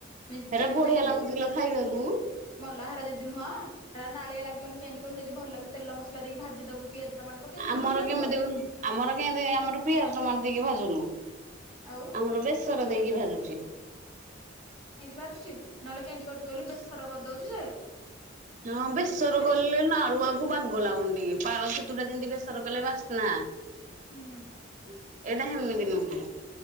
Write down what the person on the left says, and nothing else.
ମିଞ୍ଚା
ମିଞ୍ଚା
କି
ହବ
ମଲଲାହାର ଯଦି ନୁହଁରା ନାଳିଆ ଲାଗିବନି କେମିତି କଲୁ ଯଦି ଭଲ କିି ତଲ ମସଲା ଦେଇକି ଭାଜିଦବୁ ପିଆଜ ଟମାଟୋ ପକେଇକି
ଭଲ ଲାଗିବ
ଆଉ
ବାଜୁଛି ନହେଲେ କେମିତି କରୁଛି କହ ବେସର କରିଦଉଛି ଯେ
ବେସ
ହୁଁ